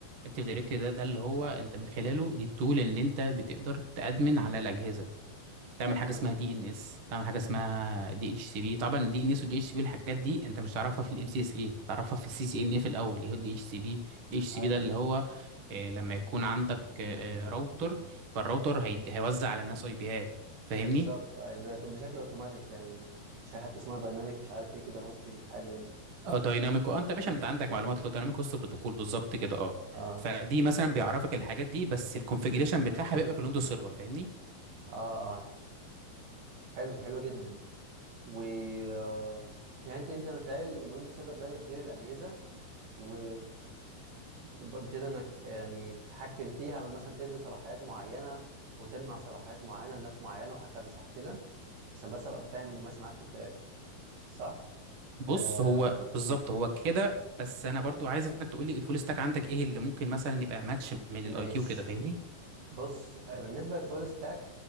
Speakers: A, on the right; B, on the right.
A: اكتيف دايركتري ده ده اللي هو
B: اه
A: انت من خلاله دي التول ان انت بتقدر تادمن على الاجهزه تعمل
B: كادمن
A: حاجه
B: على
A: اسمها
B: جزء
A: دي ان
B: امم
A: اس تعمل حاجه اسمها دي اتش سي بي طبعا الدي ان اس والدي اتش سي بي الحاجات دي انت مش تعرفها في الام سي اس اي تعرفها في السي سي ان اي في الاول ايه هو الدي اتش سي بي الدي اتش سي
B: ايوه
A: بي ده اللي هو آه، لما يكون عندك آه، آه، راوتر فالراوتر هي- هيوزع على الناس اي بيهات فاهمني
B: بالظبط يعني بيبقى بشكل اوتوماتيك يعني مش حاجه حتى اسمها دايناميك مش عارف ايه كده هوستنج حاجه يعني صح
A: اه دايناميك اه انت يا باشا انت عندك معلومات
B: مم.
A: هو دايناميك هوست بروتوكول بالظبط كده اه
B: اه
A: فدي مثلا بيعرفك الحاجات دي بس الكونفجريشن بتاعها بيبقى في الويندوز سيرفر فاهمني
B: اه اه حلو حلو جدا و آه، يعني انت انت من خلال الويندوز سيرفر ده بتدير الاجهزه و بت- بتقدر انك يعني تتحكم فيها مثلا تدي صلاحيات معينه وتمنع صلاحيات معينه لناس معينه وهكذا صح كده عشان بس ابقى فاهم وماشي معاك في التراك صح
A: بص
B: آه
A: هو بالظبط هو كده بس انا برضو عايزك تقول لي الفول ستاك عندك ايه اللي ممكن مثلا يبقى ماتش من
B: ماشي
A: الاي كيو كده فاهمني
B: بص آه، بالنسبه للفول ستاك